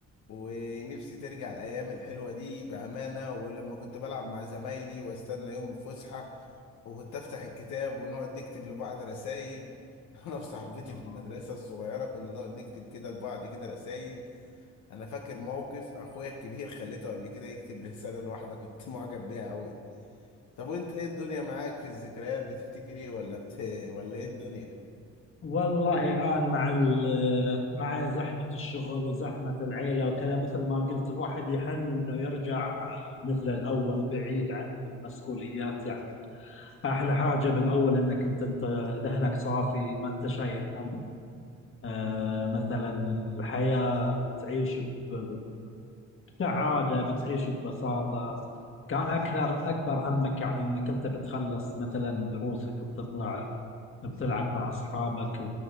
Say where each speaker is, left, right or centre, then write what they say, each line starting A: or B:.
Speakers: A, on the left; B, on the left.
A: ونفسي ترجع الايام الحلوه دي بامانه ولما كنت بلعب مع زمايلي واستنى يوم الفسحه وكنت افتح الكتاب ونقعد نكتب لبعض رسائل <laughs> انا وصاحبتي
B: آه.
A: في المدرسه الصغيره كنا نقعد نكتب كده لبعض كده رسائل انا فاكر موقف اخويا الكبير خليته قبل كده يكتب رساله لواحده كنت <laughs> معجب بيها قوي طب وانت ايه الدنيا معاك في الذكريات بتفتكر ايه ولا بت... <laughs> ولا ايه الدنيا
B: والله الآن مع ال- مع زحمة الشغل وزحمة العيلة وكذا مثل ما قلت الواحد يحن إنه يرجع مثل الأول بعيد عن المسؤوليات يعني أحلى حاجة بالأول إنك أنت أنت ذهنك صافي ما أنت شايل هم آه، مثلا الحياة بتعيش ب- بسعادة بتعيش ببساطة كان أكثر أكبر همك يعني إنك أنت بتخلص مثلا دروسك وبتطلع بتلعب مع أصحابك